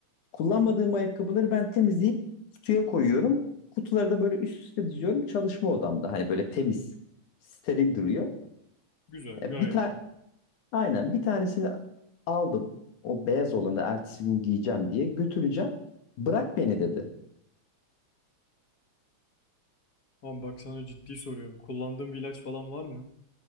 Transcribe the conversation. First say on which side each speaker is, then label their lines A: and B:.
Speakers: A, on the left; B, on the left.
A: kullanmadığım ayakkabıları ben temizleyip kutuya koyuyorum. Kutuları da böyle üst üste diziyorum çalışma odamda. Hani böyle temiz, steril duruyor.
B: güzel
A: E,
B: gayet
A: bir tane
B: iyi.
A: aynen bir tanesini aldım. O beyaz olanı ertesi gün giyeceğim diye götüreceğim. Bırak beni dedi.
B: Ama bak sana ciddi soruyorum. Kullandığın bir ilaç falan var mı?